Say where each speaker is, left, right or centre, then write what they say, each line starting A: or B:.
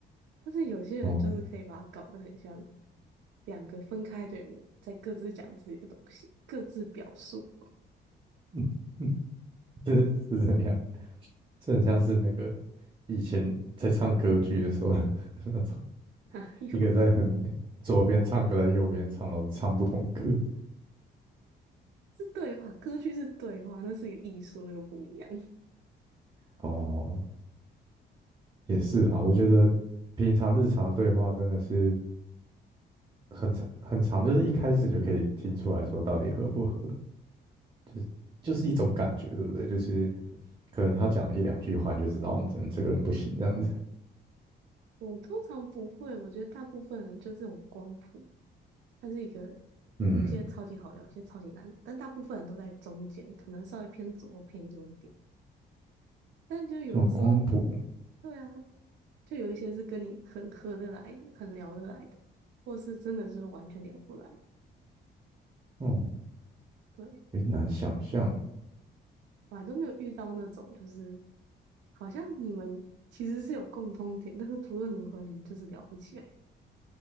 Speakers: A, on the right; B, on the right.
A: 但是有些人就是可以把它搞得很像
B: 哦，
A: 两个分开的人在各自讲自己的东西，各自表述。
B: 哦 <laughs>，这是怎样？这很像是那个以前在唱歌剧的时候 <laughs> 那种，
A: 啊，有，
B: 一个在很左边唱，歌，个在右边唱，然后唱不同歌。
A: 是对话，歌剧是对话，那是一个艺术，那个不一样。
B: 哦，也是啊，
A: <laughs>
B: 我觉得平常日常的对话真的是
A: 对，
B: 很长很长，就是一开始就可以听出来说到底合不合，就是就是一种感觉，对不对？就是可能他讲了一两句话，你就知道嗯这这个人不行这样子。
A: 我通常不会，我觉得大部分人就这种光谱，它是一个
B: 嗯，
A: 有些超级好聊，有些超级难聊，但大部分人都在中间，可能稍微偏左或偏右一点。但就有的时候，
B: 这种光谱。
A: 对啊，就有一些是跟你很合得来的，很聊得来的，或是真的是完全聊不来。
B: 嗯，
A: 对，
B: 有点难想象。
A: 我还都没有遇到那种，就是好像你们其实是有共通点，但是不论如何你们就是聊不起来。